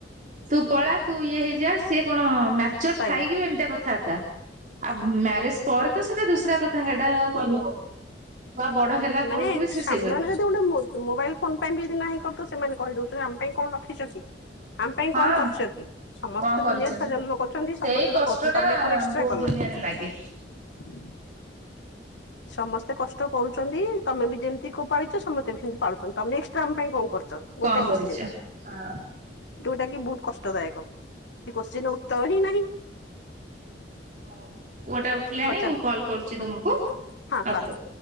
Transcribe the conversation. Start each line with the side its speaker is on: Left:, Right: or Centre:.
Right: ତୁ ପଳା ତୁ ଇଏ ହେଇଯା ସିଏ କଣ ଚ ମ୍ୟାଚର
Left: ସଇଲା।
Right: ଥାଇକି ବି ଏମିତିଆ କଥାବାର୍ତ୍ତା ଆଉ ମ୍ୟାରେଜ ପରେ ତ ସେଇଟା ଦୁସରା କଥା ତା ହେଡା ଆ କହିହବନି। ଛୁଆ ବଡ ହେଲା
Left: ମାନେ
Right: ବେଳକୁ ବି ସେ
Left: ସାମାନ୍ୟ
Right: ସେଇଭଳିଆ
Left: ଯଦି ଗୋଟେ ମୋ ମୋବାଇଲ ଫୋନ ପାଇଁ ବି ଯଦି ନାହିଁ କର ତ ସେମାନେ କହିଦଉଛନ୍ତି ତେ ଆମ ପାଇଁ କଣ ରଖିଛ କି? ଆମ ପାଇଁ
Right: ହଁ
Left: କଣ କରିଛ କି ସମସ୍ତେ
Right: କଣ
Left: ତ
Right: କରିଛ
Left: ଦୁନିଆ
Right: ଏବେ?
Left: ଛୁଆ ଜନ୍ମ କରୁଛନ୍ତି
Right: ସେଇ
Left: ସମସ୍ତେ
Right: କଷ୍ଟ
Left: ତ କରୁଛନ୍ତି
Right: ଟା
Left: ତମେ କଣ ଏକ୍ସଟ୍ରା
Right: ବୋହୂ
Left: କଲ?
Right: ଦୁନିଆରେ ଲାଗେ
Left: ହ <inaudible> ସମସ୍ତେ କଷ୍ଟ କରୁଛନ୍ତି ତମେ ବି ଯେମିତି କୋଉ ପାଳିଛ ସମସ୍ତେ ବି ସେମିତି ପାଳୁଛନ୍ତି ତମେ ଏକ୍ସଟ୍ରା ଆମ ପାଇଁ କଣ କର ଚ
Right: କଣ
Left: ଗୋଟେ
Right: କରିଛ?
Left: କୋଶ୍ଚିନ୍?
Right: ହଁ।
Left: ଯୋଉଟା କି ବହୁତ କଷ୍ଟଦାୟକ କୋଶ୍ଚିିନ ଉତ୍ତର ହିଁ ନାହିଁ।
Right: ହଉ ପୁଅଟା ଉଠିଲାଣି
Left: ହଉ ଚାଲ
Right: ମୁଁ କଲ କରୁଛି
Left: ହଁ
Right: ତମକୁ,
Left: ହଁ
Right: ଆଉଥରେ
Left: କର।